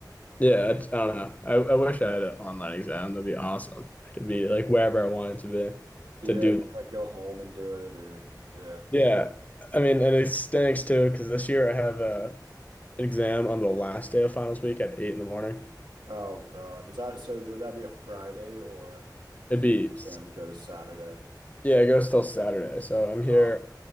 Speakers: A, on the left (about 20°); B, on the right (about 80°).
A: yeah, I, I don't know. I, I wish I had an online exam. That'd be awesome. I could be like wherever I wanted to be
B: Yeah,
A: to do.
B: you can like go home and do it or yeah.
A: Yeah. I mean, and it stinks too, because this year I have a, an exam on the last day of finals week at eight in the morning.
B: Oh God. Is that so is, would that be a Friday or is
A: It'd
B: your
A: be
B: exam go to Saturday?
A: Yeah, it goes till Saturday. So I'm here
B: Oh,